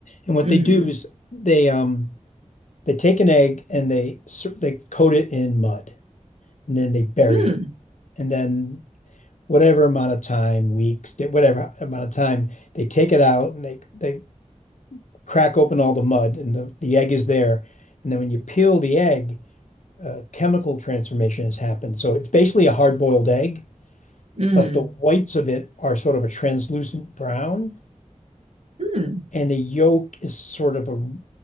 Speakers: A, on the left (about 75°); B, on the right (about 55°).
A: And what
B: hmm
A: they do is they um they take an egg and they s- they coat it in mud and then they bury
B: Hmm.
A: it. And then whatever amount of time, weeks, whatever amount of time, they take it out and they they crack open all the mud and the, the egg is there. And then when you peel the egg, uh, chemical transformation has happened. So it's basically a hard-boiled egg,
B: hmm
A: but the whites of it are sort of a translucent brown,
B: Hmm.
A: and the yolk is sort of a,